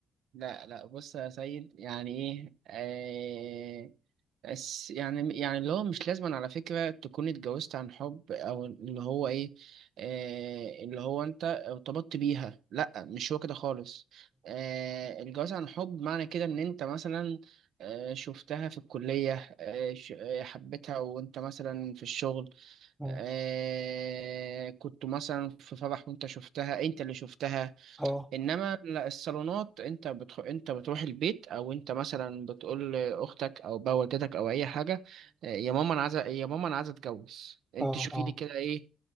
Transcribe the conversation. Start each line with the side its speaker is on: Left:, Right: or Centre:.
Right: لا لا بص يا سيد يعني ايه آه بس يعني يعني اللي هو مش لازم على فكرة تكون اتجوزت عن حب او اللي هو ايه آه اللي هو انت ارتبطت بيها لا مش هو كده خالص آه الجواز عن حب معنى كده ان انت مثلا آه شفتها في الكلية آه ش- آه، حبيتها وانت مثلا في الشغل
Centre: اه
Right: آه كنت مثلا في فرح وانت شفتها انت اللي شفتها
Centre: اه
Right: انما ال- الصالونات انت بتخ... انت بتروح البيت او انت مثلا بتقول لاختك او بقى والدتك او اي حاجه آه، يا ماما انا عايزه يا ماما انا عايزه اتجوز انت
Centre: اه
Right: شوفي
Centre: اه
Right: لي كده ايه